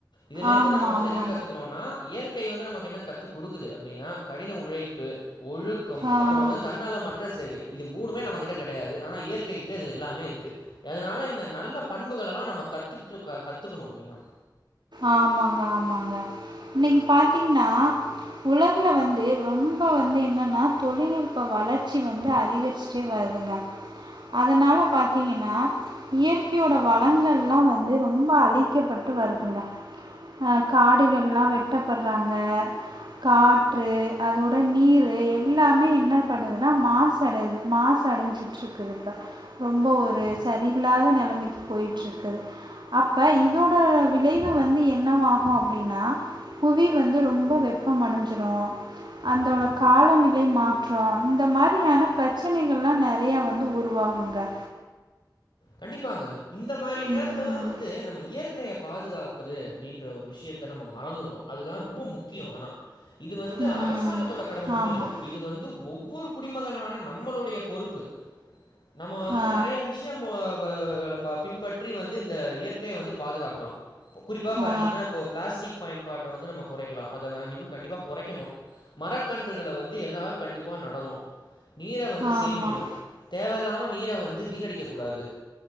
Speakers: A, on the left; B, on the right.
A: இதுல இருந்து
B: ஆமாம்
A: நம்ம வந்து
B: ஆமாம்
A: என்ன கத்துக்குரோன்னா இயற்கை வந்து நமக்கு என்ன கத்துக் குடுக்குது அப்டின்னா கடின உழைப்பு ஒழுக் க்கம்
B: ஆமாம்
A: அப்றோ வந்து தன்னலமற்ற சேவை இது மூணுமே நம கிட்ட கெடையாது ஆனா இயற்கை கிட்ட இது எல்லாமே இருக்கு அதனால இந்த நல்ல பண்புகலல்லா நம்ம கத்துக்கிட்டு கத்துக்கணு மெய்னா
B: ஆமாங்க ஆமாங்க இன்னிக்கி பாத்தீங்கன்னா உலகுல வந்து ரொம்ப வந்து என்னன்னா தொழில்நுட்ப வளர்ச்சி வந்து அதிகரிச் சு வருதுங்க அதனால பாத்தீங்கன்னா இயற்கையோட வளங்கள்லா வந்து ரொம்ப அழிக்கப்பட்டு வருதுங்க ஆ காடுகள்ல்லா வெட்டப்பட்றாங்க காற்று அதோட நீரு எல்லாமே என்ன பண்ணுதுன்னா மாசு படுது மாசு அடஞ்சிட்டு இருக்குது இப்ப ரொம்ப ஒரு சரியில்லாத நெலமைக்கு போயிட்டு இருக்குது அப்ப இதோட விளை வு வந்து என்னவாகு அப்டின்னா புவி வந்து ரொம்ப வெப்பம் அடஞ்சுரு அந்தோட காலநிலை மாற்றோ இந்த மாரியான பிரச்சனைகள்ளா நறைய வந்து உருவா குங்க
A: கண்டிப்பாங்க இந்த மாரி நேரத்துல
B: உம்
A: தா வந் து நம்ம இயற்கைய பாதுகாப்பது அப்டின்ற ஒரு விஷ்யத்த நம்ம மறந்துறோ அதுதா ரொம்ப முக்கியோ ஆனா இது வந்து
B: உம்
A: அரசாங்கத்தோட கடம மட்டு
B: ஆமாம்
A: இல்ல இது வந்து ஒவ்வொரு குடிமகனான நம்மளுடைய பொறுப்பு நம்ம வந்து
B: ஆ
A: நறைய விஷ்யோ மூதாதயர்கள ப பின்பற்றி வந்து இந்த இயற்கைய வந்து பாதுகாக்லா குறிப்பா பாத்தீங்ன்னா
B: ஆ
A: இப்போ பிளாஸ்டிக் பயன்பாட்ட வந்து நம்ம கொறைக்லா அத கண்டிப்பா கண்டிப்பா கொறைக்கணு மரக்கன்றுகள வந்து எல்லாரு கண்டிப்பா நடணு நீர வந்து சேமிக்கணு
B: ஆமாம்
A: தேவயில்லாம நீர வந்து வீணடிக்கக் கூடாது